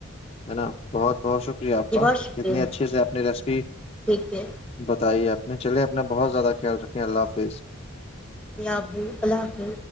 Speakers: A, on the left; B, in the centre.
A: ہے نا بہت بہت شکر شکریہ آپ
B: جی
A: کا
B: بہت شکریہ
A: کتنے اچھے سے آپ نے ریسیپی
B: ٹھیک ہے
A: بتائی آپ میں چلے اپنا بہت زیادہ خیال رکھیں اللہ
B: جی
A: حافظ
B: جی آبو اللاقو